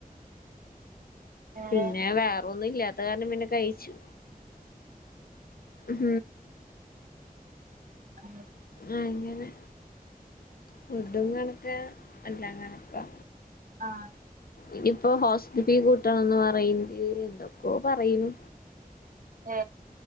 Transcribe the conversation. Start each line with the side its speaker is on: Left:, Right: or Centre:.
Right: ഏ
Left: പിന്നെ വേറൊന്നും ഇല്ലാത്ത കാരണം പിന്നെ കയ്ച്ചു ഉം
Right: <inaudible>
Left: ആ അങ്ങനെ ഫുഡും കണക്കാ എല്ല കണക്കാ
Right: ആഹ്
Left: ഇനിയിപ്പോ ഹോസ് ഫീ കൂട്ടണംന്ന് പറയ്ണ്ട് എന്തൊക്കോ പറയ്ണ്
Right: എ